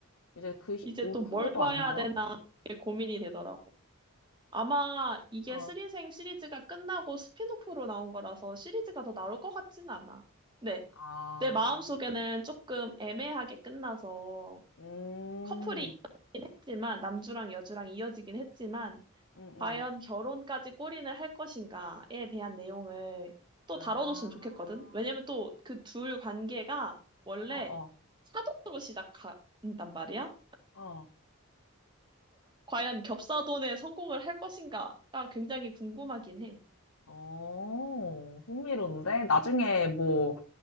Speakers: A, on the left; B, on the right.
A: 이제 그 히-
B: 이제
A: 후-
B: 또 뭘
A: 로
B: 봐야
A: 또 안 나와?
B: 되나 이게 고민이 되더라고. 아마 이게
A: 어,
B: 스리생 시리즈가 끝나고 스핀오프로 나온 거라서 시리즈가 더 나올 것 같진 않아. 네,
A: 아,
B: 내 마음속에는 조금 애매하게 끝나서
A: 음,
B: 커플이 했지만 남주랑 여주랑 이어지긴 했지만
A: 음, 음.
B: 과연 결혼까지 꼬리을할 것인가에 대한 내용을 또
A: 아,
B: 다뤄줬으면 좋겠거든. 왜냐면 또 그 둘 관계가 원래
A: 어, 어,
B: 사돈으로 시작한단 말이야.
A: 어.
B: 과연 겹사돈에 성공을 할 것인가가 굉장히 궁금하긴 해.
A: 어, 흥미로운데? 나중에 뭐,